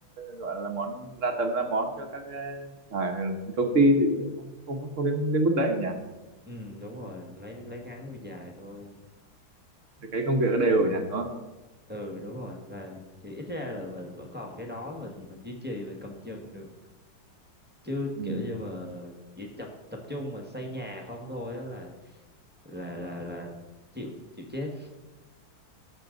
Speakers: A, on the right (about 45°); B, in the centre.
A: gọi là món ra tầm ra món cho các ờ, à, công ty thì cũng không không không đến đến mức đấy nhỉ
B: ừ đúng rồi lấy lấy ngắn nuôi dài thôi
A: cái công việc nó đều nhỉ đúng không
B: ừ đúng rồi làm thì ít ra là mình vẫn còn cái đó mình mình duy trì mình cầm chừng được chứ
A: ừ.
B: kiểu như mà chỉ tập tập trung mà xây nhà không thôi á là là là là chịu chịu chết